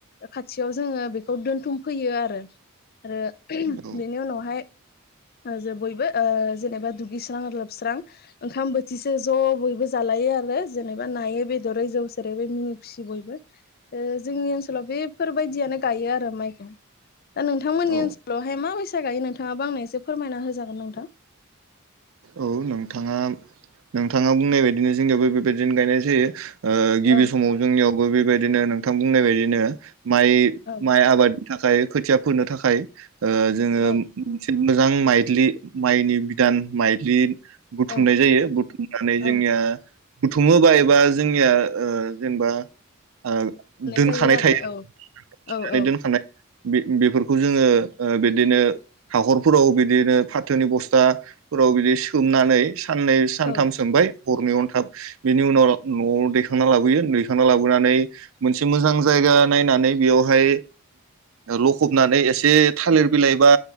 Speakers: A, on the left; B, on the right.
A: खाथियाव जोङो बेखौ दोनथुमफैयो आरो आरो बेनि
B: औ
A: उनावहाय ओ जे बयबो ओ जेनेबा दुगैस्रां लोबस्रां ओंखाम बोथिसे ज' बयबो जालाय यो आरो जेनेबा नायै बेदरै जौ सेरेब मिनि खुसि बयबो। ओ जोंनि ओनसोलाव बेफोरबायदियानो गायो आरो माइखो दा नोंथांमोननि
B: औ
A: ओनसोलावहाय माबेसे गायो नोंथाङाबो आंनो एसे फोरमायना होजागोन नोंथां।
B: औ नोंथाङा नोंथाङा बुंनाय बायदिनो जोंनियावबो बेबायदिनो गायनाय जायो। ओ गिबि
A: औ
B: समाव जोंनियावबो बेबायदिनो नोंथां बुंनाय बायदिनो माइ-माइ
A: औ
B: आबादनि थाखाय खोथिया फोनो थाखाय ओ जोङो
A: औ
B: मोजां माइलि माइनि बिदान माइलि बुथुमनाय
A: औ
B: जायो। बुथुमनानै जोंनिया
A: औ
B: बुथुमोबा एबा जोंनिया ओ जेनेबा ओ दोनखानाय
A: जायो आरो
B: थायो
A: औ
B: <unintelligible>
A: औ औ
B: दोनखानाय। बे बेफोरखौ जोङो बिदिनो हाखरफोराव बिदिनो फाथोनि बस्था फोराव बिदि सोमनानै साननै सानथाम
A: औ
B: सोमबाय। हरनै हरथाम बेनि उनाव न'आव दैखांना लाबोयो। दैखांना लाबोनानै मोनसे मोजां जायग जायगा नायनानै बेयावहाय लखबनानै एसे थालिर बिलाइ बा